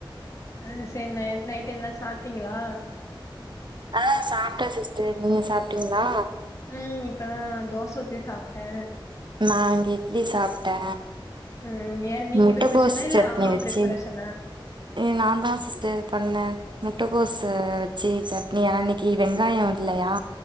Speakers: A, on the left; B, on the right.
A: ஆ சரி நை நைட் என்ன சாப்ட்டீங்களா
B: ஆ சாப்ட்டா சிஸ்டர் நீங்க சாப்ட்டீங்களா
A: ம் இப்பதா தோசுத்தி சாப்ட்டே
B: நா இங்க இட்லி சாப்ட்டே
A: ம் யார் நீங்க
B: முட்டகோஸ்
A: ப்ரிப்பரேஷனா? இல்ல
B: சட்னி
A: அம்மா
B: வச்சு
A: ப்ரிப்பரேஷனா?
B: ஏ நாந்தா சிஸ்டர் பண்ணே முட்டைகோசு வச்சு சட்னி ஆனா இன்னைக்கி வெங்காயோ இல்லையா